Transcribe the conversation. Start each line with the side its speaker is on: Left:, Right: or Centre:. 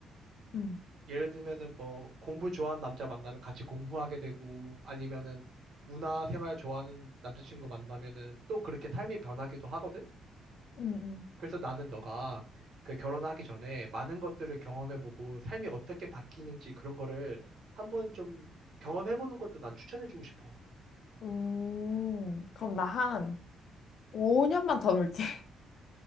Left: 응,
Right: 예를 들면은 뭐 공부 좋아하는 남자 만나면 같이 공부하게 되고 아니면은 문화 생활 좋아하는 남자친구 만나면은 또 그렇게 삶이 변하기도 하거든?
Left: 응, 응.
Right: 그래서 나는 너가 그 결혼하기 전에 많은 것들을 경험해보고 삶이 어떻게 바뀌는지 그런 거를 한번 좀 경험해보는 것도 난 추천해주고 싶어.
Left: 음, 그럼 나 한 5년만 더 놀게. <laughs>